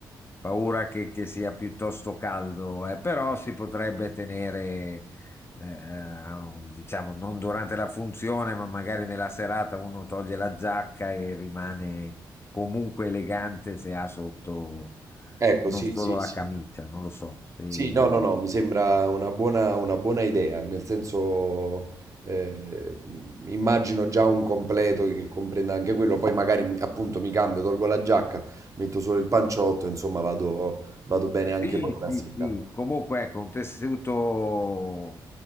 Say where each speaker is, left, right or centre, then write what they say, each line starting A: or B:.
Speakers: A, on the left (about 25°); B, on the right (about 35°).
A: Paura che, che sia piuttosto caldo, eh, però si potrebbe tenere, eh, eh, diciamo, non durante la funzione, ma magari nella serata uno toglie la giacca e rimane comunque elegante se ha sotto
B: Ecco,
A: non
B: sì,
A: solo
B: sì,
A: la
B: sì.
A: camicia, non lo so. Sì,
B: Sì, no, no, no, mi sembra una buona, una buona idea, nel senso, eh, immagino già un completo che comprenda anche quello, poi magari mi- appunto mi cambio, tolgo la giacca, metto solo il panciotto, insomma vado, vado bene anche
A: sì,
B: per la
A: sì.
B: sera.
A: sì.
B: <laughs>
A: Comunque, ecco, un tessuto